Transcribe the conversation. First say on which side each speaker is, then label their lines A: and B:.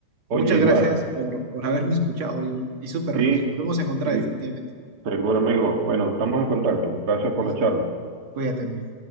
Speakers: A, on the right (about 80°); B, on the right (about 45°).
A: Oye,
B: muchas gracias
A: igual,
B: por, por haberme escuchado y, y súper,
A: sí,
B: nos volvemos a encontrar
A: sí,
B: definitivamente.
A: seguro, amigo. Bueno, estamos en contacto. Gracias por
B: Sí,
A: la
B: sí.
A: charla.
B: Cuídate, amigo.